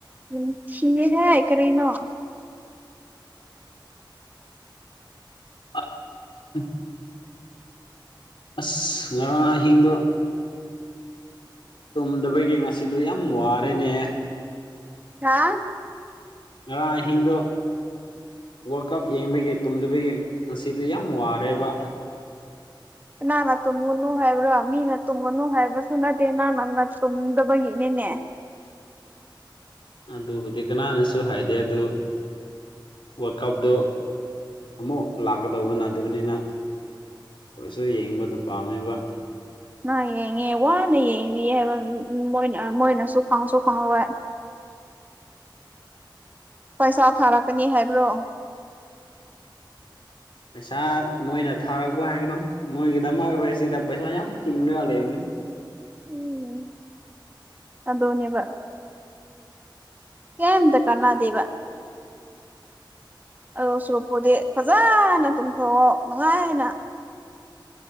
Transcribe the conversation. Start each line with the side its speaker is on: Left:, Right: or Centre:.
Right: ꯌꯥꯝ ꯊꯤꯌꯦ ꯍꯦ ꯀꯔꯤꯅꯣ
Left: ꯑꯥ ꯎꯝ ꯑꯁ ꯉꯔꯥꯡ ꯑꯍꯤꯡꯗꯣ ꯇꯨꯝꯗꯕꯒꯤ ꯉꯁꯤꯗꯣ ꯌꯥꯝ ꯋꯥꯔꯦꯅꯦ
Right: ꯍꯥꯥ
Left: ꯉꯔꯥꯡ ꯑꯍꯤꯡꯗꯣ ꯋꯥꯔꯜ ꯀꯞ ꯌꯦꯡꯕꯒꯤ ꯇꯨꯝꯗꯕꯒꯤ ꯉꯁꯤꯗꯣ ꯌꯥꯝ ꯋꯥꯔꯦꯕ
Right: ꯀꯅꯥꯅ ꯇꯨꯝꯃꯨꯅꯨ ꯍꯥꯏꯕ꯭ꯔꯥ ꯃꯤꯅ ꯇꯨꯝꯒꯅꯨ ꯍꯥꯏꯕꯁꯨ ꯅꯠꯇꯦ ꯅꯪꯅ ꯅꯠ ꯇꯨꯝꯗꯕꯒꯤꯅꯤꯅꯦ
Left: ꯑꯗꯨꯕꯨꯗꯤ ꯀꯅꯥꯅꯁꯨ ꯍꯥꯏꯗꯦ ꯑꯗꯨ ꯋꯥꯔꯜ ꯀꯞꯗꯣ ꯑꯃꯨꯛ ꯂꯥꯛꯀꯗꯧꯕ ꯅꯠꯗꯕꯅꯤꯅ ꯑꯣꯏꯁꯨ ꯌꯦꯡꯕꯗꯣ ꯄꯥꯝꯃꯦꯕ
Right: ꯃꯥ ꯌꯦꯡꯉꯦ ꯋꯥꯅ ꯌꯦꯡꯕꯤꯌꯦꯕ ꯍꯥꯏꯕ ꯎꯝ ꯎꯝ ꯃꯣꯏꯅ ꯃꯣꯏꯅꯁꯨ ꯐꯥꯎꯟꯁꯨ ꯐꯥꯎꯟꯔꯣꯏ ꯄꯩꯁꯥ ꯊꯥꯔꯛꯀꯅꯤ ꯍꯥꯏꯕ꯭ꯔꯣ
Left: ꯄꯩꯁꯥ ꯃꯣꯏꯅ ꯊꯥꯔꯛꯄ ꯍꯥꯏꯒꯅꯣ ꯃꯣꯏꯒꯤꯗꯃꯛ ꯑꯈꯣꯏ ꯁꯤꯗ ꯄꯩꯁꯥ ꯌꯥꯝ ꯇꯤꯡꯅ ꯂꯩꯕꯅꯦ
Right: ꯎꯝ ꯑꯗꯣꯅꯦꯕ ꯀꯦꯝꯇ ꯀꯅꯥꯗꯦꯕ ꯑꯗꯣ ꯁꯣꯔꯣꯛꯄꯨꯗꯤ ꯐꯖꯅ ꯇꯨꯝꯊꯣꯛꯑꯣ ꯅꯨꯉꯥꯏꯅ